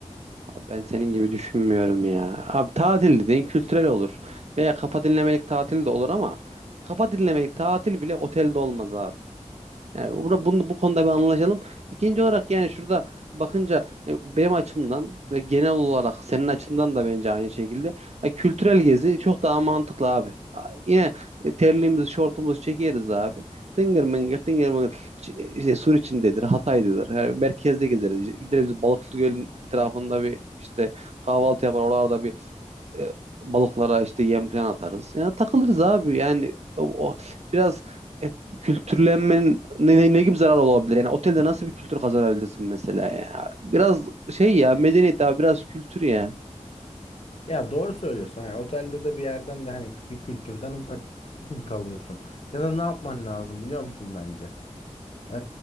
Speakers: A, on the right; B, on the left.
A: Abi ben senin gibi düşünmüyorum ya. Abi tatil dediğin kültürel olur. Veya kafa dinlemelik tatil de olur ama kafa dinlemelik tatil bile otelde olmaz abi. Yani burada bunu bu konuda bir anlaşalım. İkinci olarak yani şurada bakınca e, benim açımdan ve genel olarak senin açından da bence aynı şekilde e, kültürel gezi çok daha mantıklı abi. A- Yine e, terliğimizi, şortumuzu çekeriz abi. Tıngır mıngır, tıngır mıngır. İşte, e, işte Suriçindedir, Hatay'dadır. Yani merkezde gezeriz. İşte Gideriz Balıklı Göl'ün etrafında bir işte kahvaltı yapar. Oralarda bir e, balıklara işte yem falan atarız. Yani takılırız abi. Yani o, o biraz e, kültürlenmenin ne, ne ne gibi zarar olabilir? Yani otelde nasıl bir kültür kazanabilirsin mesela ya? Biraz şey ya medeniyet abi biraz kültür ya.
B: Ya doğru söylüyorsun. Yani otelde de bir yerden de hani bir kültürden uzak <clears throat> kalıyorsun. Ya da ne yapman lazım biliyor musun bence? Ee,